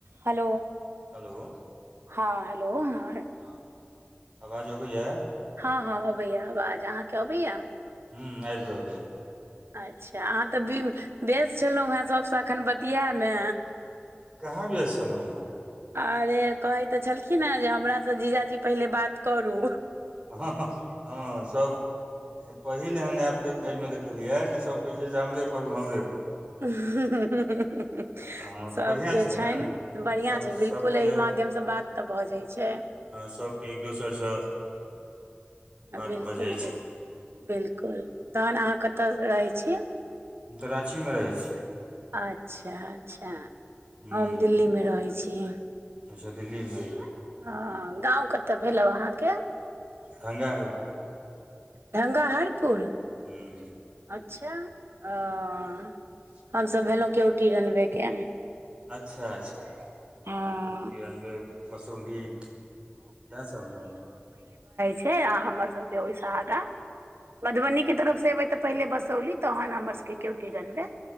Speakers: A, on the right (about 70°); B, on the right (about 25°).
A: Hello
B: hello
A: हँ hello ह
B: हँ आवाज ओबय या
A: हँ हँ अबैया आवाज अहाँ केँ अबैया
B: हूँ आबि रहल यै
A: अच्छा अहाँ तऽ ब्यू बेस छलहुँ हँ सभसँ एखन बतिियाएमे
B: कहाँ व्यस्त छललहु है
A: अरे कहै तऽ छलखिन ह जे हमरासँ जीजाजी पहिले बात करू
B: ह हँ सब पहिल एहन ऐप दैखाय मे देखलियै जे सभ कहैत छै जे हमरे करू हमरे करू
A: हा हा
B: हँ तऽ
A: सभके
B: बढ़िआँ छै
A: छनि
B: ने
A: बढ़िआँ
B: सब
A: छै
B: सबके
A: बिलकुल एहि माध्यमसँ बात तऽ भऽ जाइ छै
B: सभके एक दोसर सँ बात
A: बिलकुल
B: भऽ जाइ
A: बिल
B: छै
A: बिलकुल तहन अहाँ कतय रहै छी
B: हम तऽ राँचीमे रहै छी
A: अच्छा अच्छा
B: हूँ
A: हम दिल्ली मे रहै छी
B: अच्छा दिल्ली मे
A: ह गाँंव कतअ भेल अहाँके
B: ढंगा हरपुर
A: ढंगाहरपुर
B: हूँ
A: अच्छा ओ
B: <inaudible>
A: हमसभ भेलहुं केवटी रनबे के।
B: अच्छा अच्छा केवटी
A: हँ
B: रनबै मसौली इएहसभ ने?
A: छैय आ हमर सबके ओहिसँ आगा। मधुबीके तरफसँ एबै तऽ पहिले बसौली तहन हमर सबके केवटी रनबे।